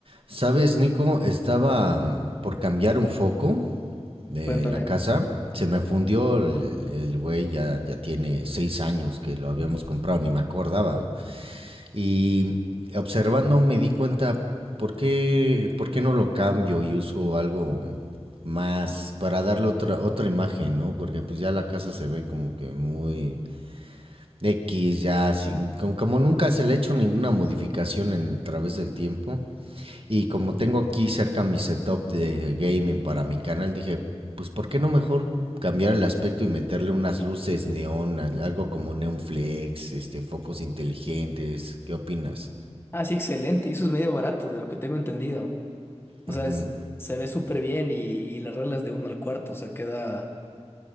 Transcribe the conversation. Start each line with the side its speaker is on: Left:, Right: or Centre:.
Right: Sabes, Nico, estaba mm, por cambiar un foco de
Left: Cuéntame.
Right: la casa. Se me fundió el el güey, ya, ya tiene seis años que lo habíamos comprado, ni me acordaba. güey. Y observando me di cuenta, ¿por qué, por qué no lo cambio y uso algo más para darle otra, otra imagen, ¿no? Porque pues ya la casa se ve como que muy X, ya, sin, como, como nunca se le ha hecho ninguna modificación en, a través del tiempo. Y como tengo aquí cerca mi setup de gaming para mi canal, dije, pues ¿por qué no mejor cambiar el aspecto y meterle unas luces neón, al- algo como neon flex, este, focos inteligentes? ¿Qué opinas?
Left: Ah, sí, excelente. Y eso es medio barato, de lo que tengo entendido. O
Right: Ujú.
Left: sea, es- se ve súper bien y, y las reglas de uno al cuarto. O sea, queda,